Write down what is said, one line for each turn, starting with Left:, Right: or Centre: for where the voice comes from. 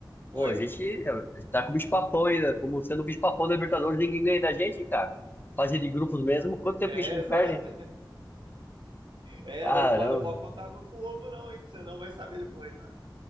Right: Oi?
Left: Pô, a gente a gente tá com o bicho papão ainda. Como sendo o bicho papão da Libertadores, ninguém ganha da gente, cara. Fase de grupos mesmo, quanto tempo
Right: É,
Left: que a gente não
Right: exato.
Left: perde?
Right: É,
Left: Caramba.
Right: mas não pode, não pode contar com o ovo, não, hein? Que você não vai saber depois, mano.